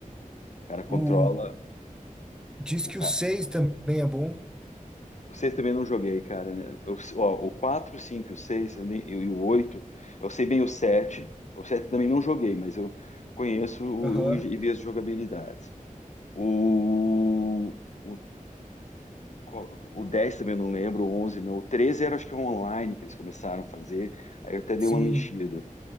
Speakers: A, on the left; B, in the centre.
A: O cara
B: O,
A: controla.
B: diz
A: O
B: que
A: cara,
B: o 6 também é bom.
A: o 6 também não joguei, cara. né? O, ó, o 4, o 5, o 6 eu nem- eu- e o oito Eu sei bem o 7. O 7 também não joguei, mas eu conheço o,
B: Aham.
A: o- e vi as jogabilidades. O, o, qual- o 10 também eu não lembro, o 11 não. O 13 era acho que online que eles começaram a fazer. Aí eu até dei
B: Sim.
A: uma mexida.